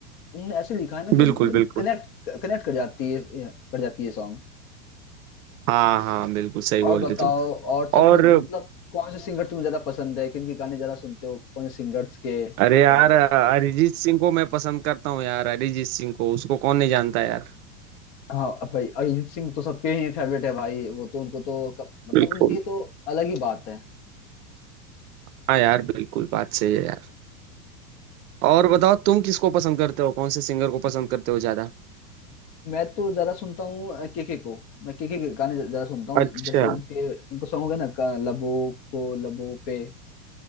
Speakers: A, on the left; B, on the right.
A: उन्होंने ऐसे लिखा है ना कि
B: बिल्कुल
A: मतलब
B: बिल्कुल
A: कनेक्ट कनेक्ट कर जाती है कर जाती है सॉन्ग
B: हाँ हाँ बिल्कुल सही
A: और
B: बोले
A: बताओ
B: तुम
A: और सब
B: और
A: मतलब मतलब कौन से सिंगर तुम्हें ज्यादा पसंद है किन के गाने ज्यादा सुनते हो कौन से सिंगर्स के
B: अरे यार
A: और
B: अरिजीत सिंह को मैं पसंद करता हूँ यार अरिजीत सिंह को उसको कौन नहीं जानता यार
A: हाँ भाई अरिजीत सिंह तो सबके ही फेवरेट है भाई वो तो उनको तो क- मतलब
B: बिल्कुल
A: उनकी तो अलग ही बात है
B: हाँ यार बिल्कुल बात सही है यार और बताओ तुम किसको पसंद करते हो कौन से सिंगर को पसंद करते हो ज्यादा
A: मैं तो ज्यादा सुनता हूँ केके को मैं केके के गाने ज- ज्यादा सुनता हूँ
B: अच्छा
A: जैसे उनके उनको सॉन्ग है ना का- लबों को लबों पे